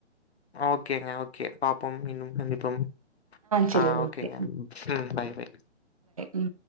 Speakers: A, on the left (about 60°); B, on the right (about 30°).
A: ஓகேங்க ஓ ஓகே பாப்பம் மிண்ணும் சந்திப்போம்
B: செரி
A: ஆ ஓகேங்க
B: ஓகே
A: உம் பாய் பாய்
B: உம்